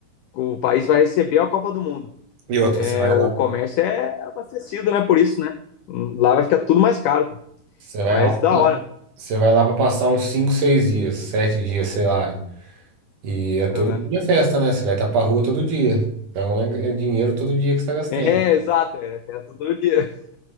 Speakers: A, on the left; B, on the right.
A: o país vai receber a Copa do Mundo.
B: E outra,
A: É,
B: você vai
A: o
B: lá,
A: comércio é abastecido, né? Por isso, né? Lá vai ficar tudo mais caro, cara.
B: você vai
A: Mas
B: lá,
A: da
B: pra-
A: hora.
B: você vai lá para passar uns 5, 6 dias, 7 dias, sei lá. E é todo
A: Uhum.
B: dia festa, né? Você vai estar pra rua todo dia. Então é é dinheiro todo dia que você tá gastando.
A: É, exato, é festa todo dia.